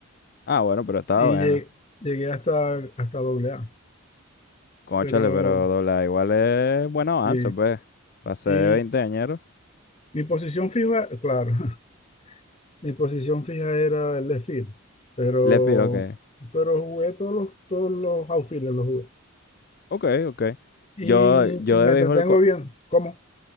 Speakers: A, on the left (about 45°); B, on the left (about 30°).
A: Ah, bueno, pero estaba
B: Y
A: bueno.
B: llegué, llegué hasta, hasta AA.
A: Cónchale,
B: Pero,
A: pero doble A igual es buen avance,
B: sí.
A: pues. Pasé
B: Y
A: de 20 añeros.
B: mi posición fija, claro, <laughs> mi posición fija era el de field, pero,
A: Le fijo que.
B: pero jugué todos los, todos los outfielders, los jugué.
A: Ok, ok.
B: Y
A: Yo, yo
B: me
A: de béisbol.
B: entretengo
A: co-
B: bien. ¿Cómo?